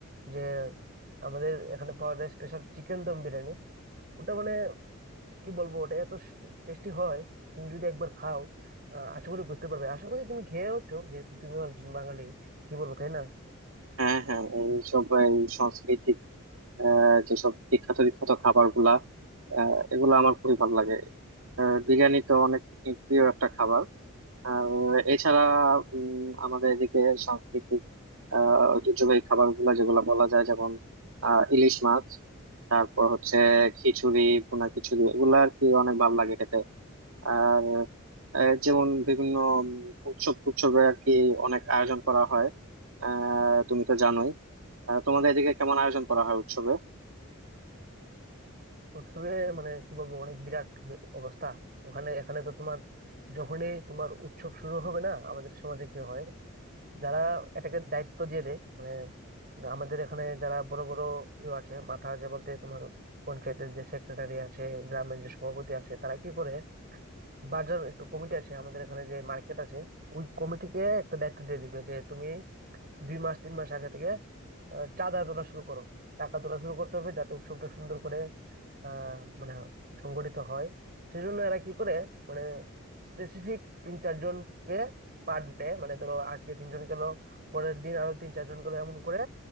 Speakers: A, on the right; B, on the right.
A: যে আমাদের এখানে পাওয়া যায় স্পেশাল চিকেন দম বিরিয়ানি ওটা মানে কি বলবো ওটা এত টেস্টি হয় তুমি যদি একবার খাও আহ, আশা করি বুঝতে পারবে আশা করি তুমি খেয়েওছো যেহেতু তুমিও একজন বাঙালি কি বলবো তাই না
B: হ্যাঁ হ্যাঁ এইসব এই সাংস্কৃতিক আহ, যেসব বিখ্যাত বিখ্যাত খাবার গুলা এগুলো আমার খুবই ভালো লাগে আহ, বিরিয়ানি তো অনেক প্রিয় একটা খাবার আর এছাড়া উম, আমাদের এদিকে সাংস্কৃতিক আহ, ঐতিহ্যবাহী খাবার গুলা যেগুলো বলা যায় যেমন আহ, ইলিশ মাছ তারপর হচ্ছে খিচুড়ি ভুনা খিচুড়ি এগুলো আর কি অনেক ভালো লাগে খেতে আর আহ, যেমন বিভিন্ন উম, উৎসব উৎসবে আর কি অনেক আয়োজন করা হয় আহ তুমি তো জানোই আহ, তোমাদের এদিকে কেমন আয়োজন করা হয় উৎসবে
A: উৎসবে মানে কি বলবো অনেক বিরাট বে- অবস্থা ওখানে এখানে তো তোমার যখনই তোমার উৎসব শুরু হবে না আমাদের সমাজে কি হয় যারা এটাকে দায়িত্ব দিয়ে দেয় মানে আমাদের এখানে যারা বড় বড় ইয়ে আছে মাথা আছে বলতে তোমার পঞ্চায়েতের যে সেক্রেটারি আছে গ্রামের যে সভাপতি আছে তারা কি করে বাজার একটু কমিটি আছে আমাদের এখানে যে মার্কেট আছে ওই কমিটিকে একটা দায়িত্ব দিয়ে দিবে যে তুমি দুই মাস তিন মাস আগে থেকে আহ, চাঁদা তোলা শুরু করো টাকা তোলা শুরু করতে হবে যাতে উৎসবটা সুন্দর করে আহ মানে সংগঠিত হয় সেজন্য এরা কি করে মানে স্পেসিফিক তিন চারজনকে পার ডে মানে ধরো আজকে তিনজন গেল পরের দিন আরো তিন চারজন গেল এমন করে